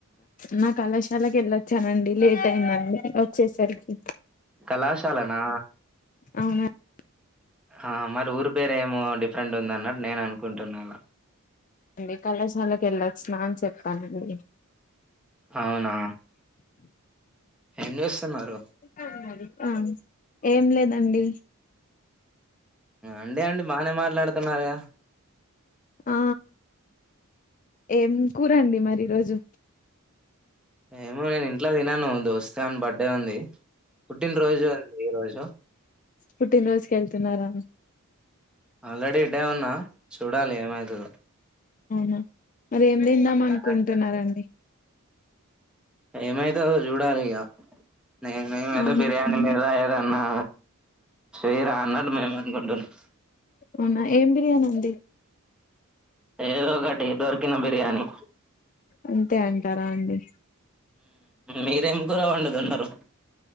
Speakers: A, on the left; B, in the centre.
A: నా కళాశాలకి వెళ్ళొచ్చానండి లేట్ అయిందండి వచ్చేసరికి
B: కళాశాలనా
A: అవునండి
B: ఆ మరి ఊరి పేర ఏమో డిఫరెంట్ ఉంద అన్నట్టు నేను అనుకుంటున్నా అలా
A: అండి కళశాలక ఎలా స్నాన్ చెప్పానండి
B: అవునా ఏం చేస్తున్నారు
A: ఆ ఏం లేదండి
B: అండి అనీ బానే మాట్లాడుతున్నారుగా
A: ఆ ఏం కూరండి మరి ఈ రోజు
B: ఏమో నేను ఇంట్లో తినను దోస్త గాని బర్త్డే ఉంది పుట్టినరోజు అండి ఈ రోజు
A: పుట్టిన రోజు కేళ్తనూరా
B: ఆల్రెడీ ఇడే ఉన్నా చూడాలి ఏమవుతదో
A: అవునా మరి ఏం తిందాం
B: ప్లాన్
A: అనుకుంటున్నారండి
B: ఏమైతేో చూడాలి ఇగ నేను ఏదో
A: అవునా
B: బిర్యానీ లేదా ఏద నా స్ీరా అన్నాడు మేమనుకుంటన్నా
A: అవునా ఏం బిర్యానీ అండి
B: ఏదో ఒకటి దొరికిన బిర్యానీ
A: అంతే అంటారా అండి
B: మీరేం కూర వండదున్నారు